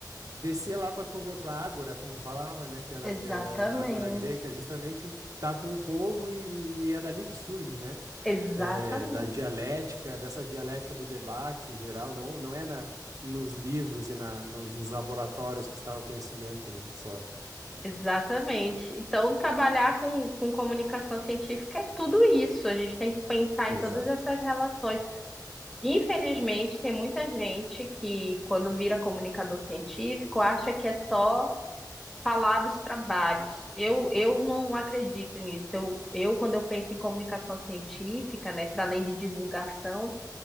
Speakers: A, on the right (about 55°); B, in the centre.
A: descer lá para para ágora, como falava, né, que era
B: Exatamente.
A: que é ágora grega, que é justamente estar com o povo e, e é dali que surge, né?
B: Exatamente,
A: É, da dialética, dessa dialética do debate em geral, não não é na nos livros e na, nos laboratórios que está o conhecimento, né? Só.
B: exatamente. Então, trabalhar com, com comunicação científica é tudo isso. A gente tem que pensar
A: Exato.
B: em todas essas relações. Infelizmente, tem muita gente que, quando vira comunicador científico, acha que é só falar dos trabalhos. Eu, eu não acredito nisso. Eu, eu, quando eu penso em comunicação científica, né, para além de divulgação,